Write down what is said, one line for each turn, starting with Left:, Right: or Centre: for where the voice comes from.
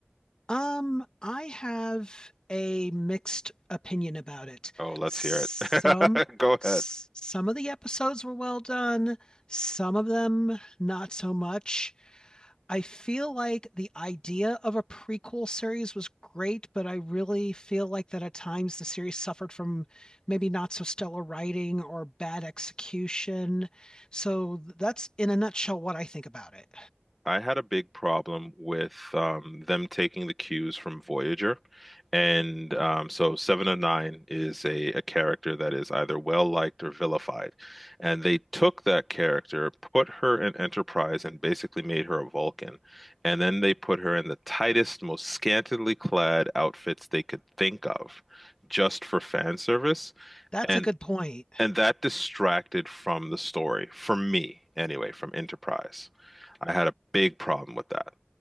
Left: Um, I have a mixed opinion about it.
Centre: Oh, let's
Left: Some
Centre: hear it. <laughs> Go ahead.
Left: s- some of the episodes were well done, some of them not so much. I feel like the idea of a prequel series was great, but I really feel like that at times the series suffered from maybe not so stellar writing or bad execution. So that's in a nutshell what I think about it.
Centre: I had a big problem with um, them taking the cues from Voyager. And um, so Seven of Nine is a, a character that is either well liked or vilified. And they took that character, put her in Enterprise, and basically made her a Vulcan. And then they put her in the tightest, most scantily clad outfits they could think of just for fan service.
Left: That's
Centre: And
Left: a good point.
Centre: and that distracted from the story for me anyway from enterprise i had a big problem with that